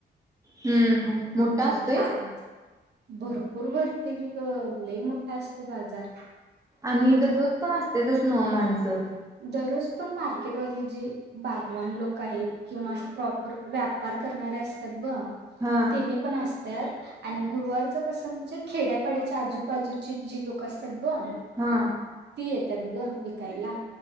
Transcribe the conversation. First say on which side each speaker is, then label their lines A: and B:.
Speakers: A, on the right (about 20°); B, on the right (about 70°).
A: हम्म
B: आणि मग
A: मोठा
B: नंतर
A: असतोय.
B: जायच. भरपूर भर. <unintelligible> लय मोठ शस्त बाजार
A: आणि दररोज पण असतातचं नव्हं माणसं
B: दररोज पण मार्केटवरील जे बागवान लोक आहेत किंवा असे प्रॉपर व्यापार करणारे असतात ब
A: हा
B: तने पण असं त्या आणि गुरुवारचं कसं म्हणजे खेड्या-पाड्याची आजूबाजूची जी लोक असतात ब ति
A: हा
B: येत्या त्यागं विकायला